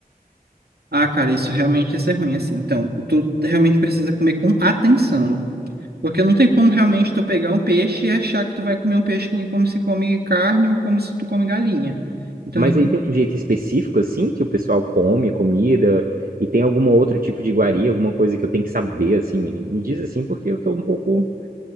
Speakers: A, on the right (about 80°); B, on the right (about 65°).
A: Ah, cara, isso realmente isso é ruim assim. Então, tu realmente precisa comer com atenção. Porque não tem como realmente tu pegar um peixe e achar que tu vai comer um peixe que nem como se come carne ou como se tu come galinha. Então,
B: Mas
A: tu
B: aí tem um jeito específico, assim, que o pessoal come a comida e tem algum outro tipo de iguaria, alguma coisa que eu tenho que saber, assim. Me diz assim, porque eu tô um pouco